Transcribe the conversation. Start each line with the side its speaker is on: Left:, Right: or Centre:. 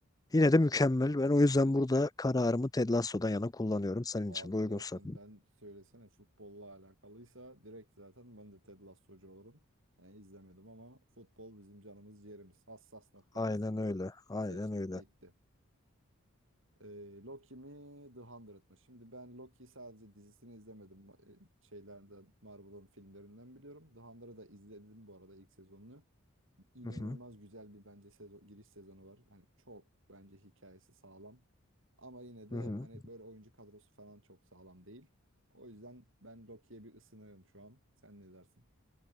Left: Yine de mükemmel. Ben o yüzden burada kararımı Ted Lasso'dan yana kullanıyorum. Senin
Right: Abi
Left: için de uygunsa.
Right: zaten ben söylesene futbolla alakalıysa direkt zaten ben de Ted Lasso'cu olurum. Yani izlemedim ama futbol bizim canımız ciğerimiz. Hassas noktamız.
Left: Aynen öyle. Aynen
Right: Seçtik
Left: öyle.
Right: gitti. Ee, Loki mi The Hundred mı? Şimdi ben Loki sadece dizisini izlemedim. Ma- e, Şeylerden Marvel'ın filmlerinden biliyorum. The Hundred'ı da izledim bu arada ilk sezonunu. İnanılmaz
Left: Hı hı.
Right: güzel bir bence sezo- giriş sezonu var. Hani çok bence hikayesi sağlam. Ama yine de
Left: Hı hı.
Right: hani böyle oyuncu kadrosu falan çok sağlam değil. O yüzden ben Loki'ye bir ısınığım şu an. Sen ne dersin?